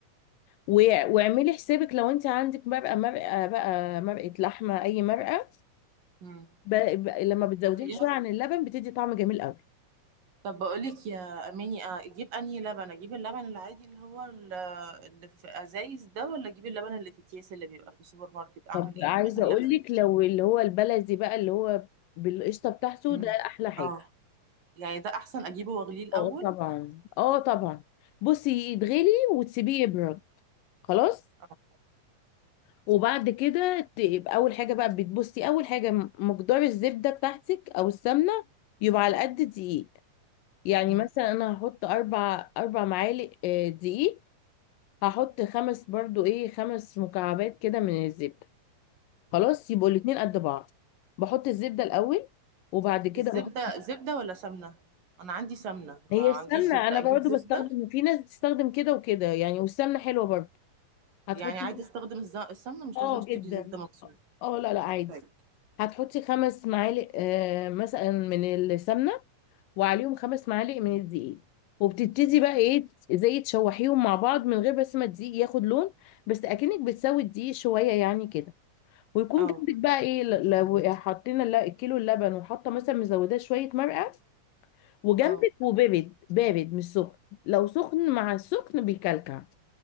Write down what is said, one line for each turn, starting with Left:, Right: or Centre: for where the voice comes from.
Left: و- واعملي حسابك لو انت عندك مرقه مرقه بقى مرقه لحمه اي مرقه
Right: امم
Left: ب... ب... لما بتزوديها
Right: شوفيها.
Left: شويه عن اللبن بتدي طعم جميل قوي
Right: طب بقولك يا اماني آه، اجيب انهي لبن اجيب اللبن العادي اللي هو ال- اللي في ازايز ده ولا اجيب اللبن اللي في اكياس اللي بيبقى في السوبر ماركت اعمل
Left: طب
Right: ايه
Left: عايزه
Right: انهي
Left: اقول
Right: لبن
Left: لك لو اللي هو البلدي بقى اللي هو بالقشطه بتاعته
Right: مم.
Left: ده احلى حاجه
Right: اه يعني ده احسن اجيبه واغليه الاول
Left: اه طبعا اه طبعا بصي يتغلي وتسيبيه يبرد خلاص
Right: اه
Left: وبعد كده ت- يبقى اول حاجه بقى بتبصي اول حاجه م- مقدار الزبده بتاعتك او السمنه يبقى على قد دقيق يعني
Right: مم.
Left: مثلا انا هحط اربع اربع معالق آه، دقيق هحط خمس برضو ايه خمس مكعبات كده من الزبده خلاص يبقوا الاتنين قد بعض بحط الزبده الاول وبعد كده
Right: الزبده
Left: بحط
Right: زبده ولا سمنه انا عندي سمنه ما
Left: هي
Right: عنديش
Left: السمنه
Right: زبده
Left: انا
Right: اجيب
Left: برضو
Right: زبده
Left: بستخدم في ناس بتستخدم كده وكده يعني والسمنه حلوه برضو هتحطي
Right: يعني عادي استخدم الز- السمنه مش
Left: اه
Right: لازم اشتري
Left: جدا
Right: زبده مخصوص
Left: اه لا لا عادي
Right: طيب
Left: هتحطي خمس معالق آه مثلا من السمنه وعليهم خمس معالق من الدقيق وبتبتدي بقى ايه زي تشوحيهم مع بعض من غير بس ما الدقيق ياخد لون بس اكنك بتسوي الدقيق شويه يعني كده ويكون
Right: اه
Left: جنبك بقى ايه ل- لو حطينا الل- الكيلو اللبن وحاطه مثلا مزوداه شويه مرقه وجنبك
Right: اه
Left: وبارد بارد مش سخن لو سخن مع السخن بيكلكع